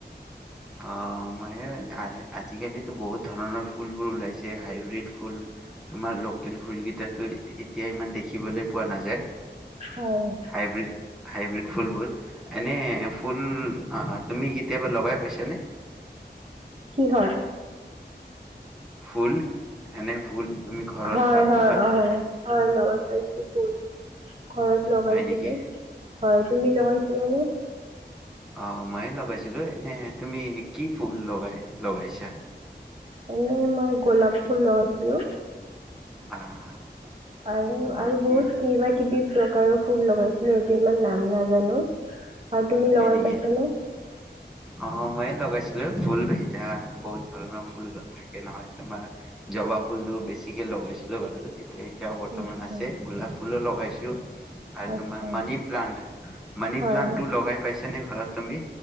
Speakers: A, in the centre; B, on the right.
A: অ মই আজিকালি তো বহুত ধৰণৰ ফুলবোৰ ওলাইছে হাইব্ৰীড ফুল তোমাৰ লোকেল ফুলকেইটাতো এতিয়া ইমান দেখিবলৈ পোৱা নাযায়।
B: হয়
A: হাইব্ৰীড হাইব্ৰীড ফুলবোৰ এনে ফুল অ তুমি কেতিয়াবা লগাই পাইছ। তেনে
B: কি হয়
A: ফুল এনে ফুল তুমি ঘৰত
B: হয়
A: বা
B: হয়
A: কৰ'বাত
B: অ হয় লগাই পাইছোঁ ফুল। ঘৰত লগাইছিলোঁ
A: হয় নেকি
B: হয় তুমি লগাইছিলানে।
A: অহ মইয়ে লগাইছিলোঁ এনে তুমি কি ফুল লগাই লগাইছা।
B: এনে মই গোলাপ ফুল লগাইছিলোঁ।
A: আহ
B: আৰু
A: অ
B: আৰু
A: তুমি
B: বহুত কিবা কিবি প্ৰকাৰৰ ফুল লগাইছিলে। ইমান নাম নাজানো। আৰু তুমি
A: হয়
B: লগৰ
A: নেকি
B: পাইছানে।
A: অ ময়ে লগাইছিলোঁ ফুল এতিয়া বহুত ধৰণৰ ফুল থাকে নহয়। তোমাৰ জবা ফুল বেছিকে লগাইছিলোঁ বাৰু। এতিয়াও বৰ্তমান
B: আচ্ছা
A: আছে গোলাপ। ফুলো লগাইছোঁ। আৰু
B: আচ্ছা।
A: তোমাৰ মানি প্লানট মানি
B: হয়
A: প্লানটো
B: হয়
A: লগাই। আছে নে ঘৰত তুমি।